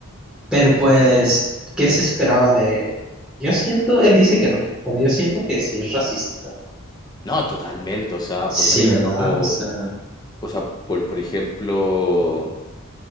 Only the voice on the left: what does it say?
no, totalmente, o sea,
por ejemplo...
O sea, por, por ejemplo,